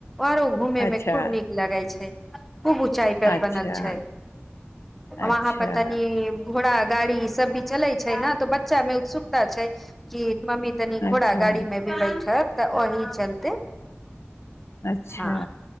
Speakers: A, in the centre; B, on the left.
A: आऔरो घूमे
B: अच्छा
A: में खूब नीक लगे छै खूब ऊचाई परे
B: अच्छा
A: बनल छै
B: अच्छा
A: वहााँ परे तनी घोड़ा गाड़ी ई सब भी चले छै ने तो बच्चा में उत्सुकता छै कि मम्मी तनी
B: अच्छा
A: घोड़ा गाड़ी मे भी बैठत तऽ ओही चलते
B: अच्छा
A: हँ